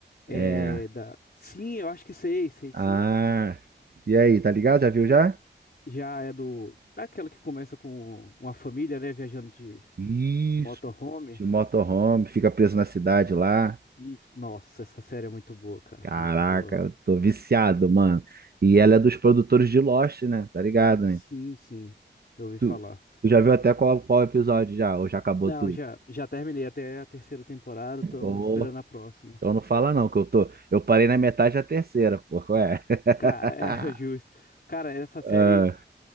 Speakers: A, on the left; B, on the right.
A: é
B: É.
A: da. Sim, eu acho que sei, sei sim.
B: Ah. E aí, tá ligado? Já viu já?
A: Já é do. É aquela que começa com uma família, né, viajando de
B: Isso.
A: motorhome.
B: De motorhome, fica preso na cidade lá.
A: Isso. Nossa, essa série é muito boa, cara.
B: Caraca,
A: Muito boa.
B: eu tô viciado, mano. E ela é dos produtores de Lost, né? Tá ligado, né?
A: Sim, sim. Eu ouvi falar.
B: Tu, tu já viu até qual, qual episódio já? Ou já acabou
A: Não,
B: tudo?
A: já, já terminei até a terceira temporada, tô
B: Ou,
A: esperando a próxima.
B: então não fala não, que eu tô. Eu parei na metade da terceira, pô. Qual é? <laughs>
A: Cara, é <laughs> justo. Cara, essa série.
B: Ah,